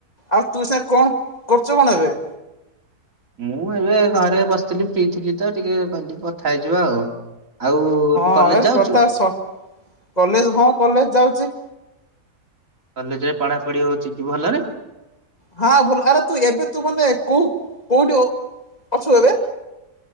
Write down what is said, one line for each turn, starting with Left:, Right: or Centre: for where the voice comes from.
Left: ଆଉ ତୁ ସାକଣ କରୁଛୁ କଣ ଏବେ?
Right: ମୁଁ ଏବେ ଘରେ ବସିଥିଲି ଫ୍ରି ଥିଲି ତ ଟିକେ କଇଲି କଥା ହେଇଯିବା ଆଉ। ଆଉ
Left: ହଁ
Right: ତୁ କଲେଜ
Left: ଏ
Right: ଯାଉଛୁ?
Left: କଥା ସ କଲେଜ ହଁ କଲେଜ ଯାଉଛି।
Right: କଲେଜ ରେ ପଢାପଢି ହଉଛି ଟି ଭଲରେ?
Left: ହଁ ଭଲ ଆରେ ତୁ ଏବେ ତୁ ମାନେ କୋଉ କୋଉଠୁ ଅ ଅଛୁ ଏବେ?